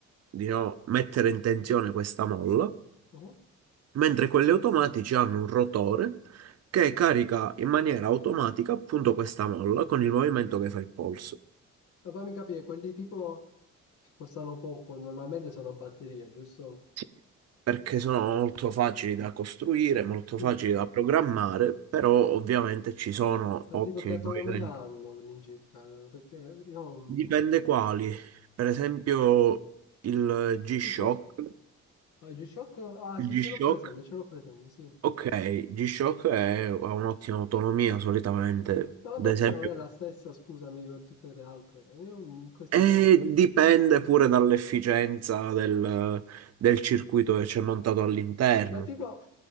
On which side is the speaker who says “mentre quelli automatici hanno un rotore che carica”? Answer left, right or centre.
Right